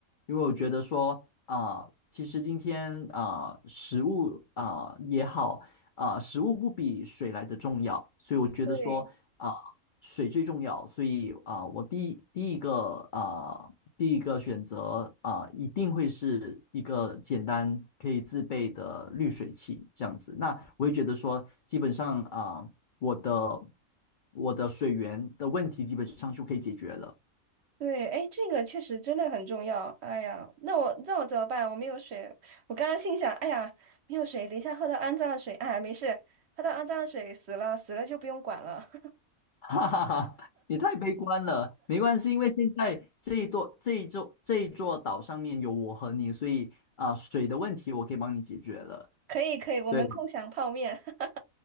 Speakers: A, on the left; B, on the right.
A: 因为我觉得说啊、呃其实今天啊、呃食物啊、呃也好。啊、呃食物不比水来的重要，所以我觉得说啊，
B: 对。
A: 水最重要，所以啊，我第一第一个啊，第一个选择啊，一定会是一个简单可以自备的滤水器这样子。那我会觉得说，基本上啊，我的我的水源的问题基本上就可以解决了。
B: 对，哎，这个确实真的很重要。哎呀，那我那我怎么办？我没有水。我刚刚心想，哎呀，没有水，等一下喝到肮脏的水。哎呀，没事，喝到肮脏的水死了，死了就不用管了。<laughs>
A: <laughs> 哈哈哈，你太悲观了，没关系，因为现在这一座这一座这一座岛上面有我和你，所以啊，水的问题我可以帮你解决了。
B: 可以，可以，我们共享泡面。
A: 对。
B: <laughs>